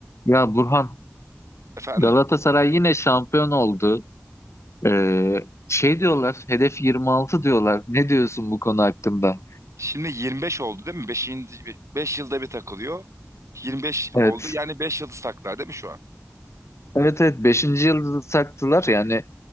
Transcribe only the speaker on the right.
Efendim.
Şimdi 25 oldu değil mi? Beş 5 yılda bir takılıyor. 25
oldu. Yani 5 yıldız taklar değil mi şu an?